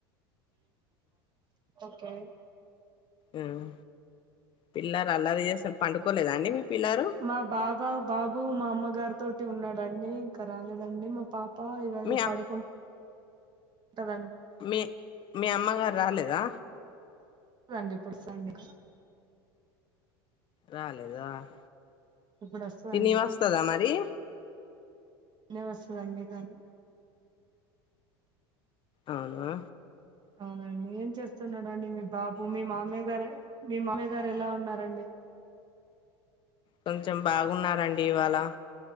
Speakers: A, on the right; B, on the left.
A: ఒకే
B: ఉమ్ పిల్లలు అల్లరి చేసిరీ పండుకోలేదా అండి మీ పిల్లలు
A: మా బాబా బాబు మా అమ్మగారి తోటి ఉన్నాడండి ఇంకా రాలేదండి మా పాప్ ఆ ఇవ్వాళ
B: మీ అమ్-
A: పడుకుంట దండి
B: మీ మీ అమ్మగారు రాలేదా
A: వస్త దండి ఇప్పుడు సండే
B: రాలేదా ఆ
A: ఇప్పుడు వస్తదండి
B: తిని వస్తదా మరి
A: అయినా వస్తదండి గాను
B: అవునా
A: అవునా అండి ఏం చేస్తున్నాడండి మీ బాబు మీ మామయ్య గారు మీ మామయ్య గారు ఎలా ఉన్నారండి
B: కొంచెం బాగున్నారండి ఇవాళ